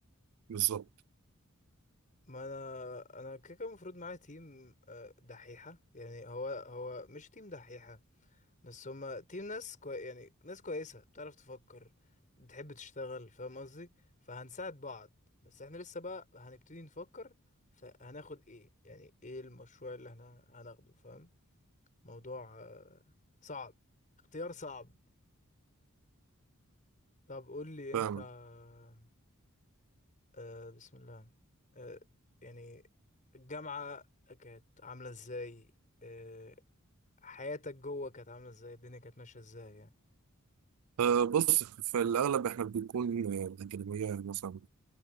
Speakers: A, on the right; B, on the left.
A: بالظبط
B: ما انا انا كده كده المفروض معايا تيم آه، دحيحة يعني هو هو مش تيم دحيحة بس هما تيم ناس كوي... يعني ناس كويسة بتعرف تفكر بتحب تشتغل فاهم قصدي فهنساعد بعض بس احنا لسه بقى هنبتدي نفكر فهناخد ايه يعني ايه المشروع اللي احنا هناخده فاهم موضوع آه، صعب اختيار صعب طب قول لي
A: فاهم
B: انت آه آه، بسم الله آه يعني الجامعة كانت عاملة ازاي آه حياتك جوه كانت عاملة ازاي الدنيا كانت ماشية ازاي يعني
A: آه، بص في الاغلب احنا بيكون آه، الاكاديميه مثلا